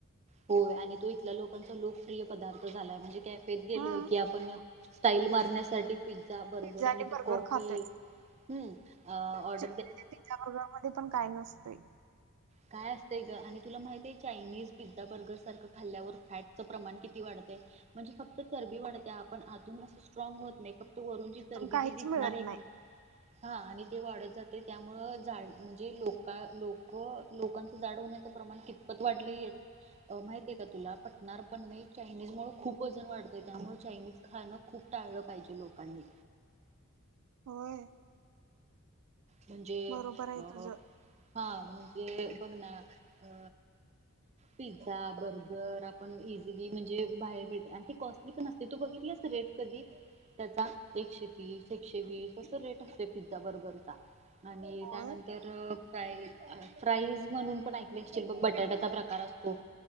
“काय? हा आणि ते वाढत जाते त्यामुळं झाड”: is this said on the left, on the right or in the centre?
Right